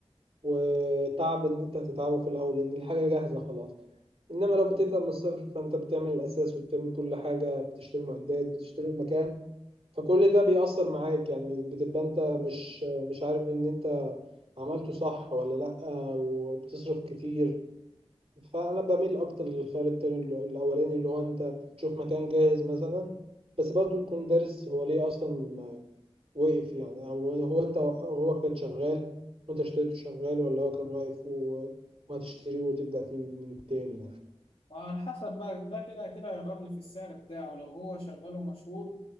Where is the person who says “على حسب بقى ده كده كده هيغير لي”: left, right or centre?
Left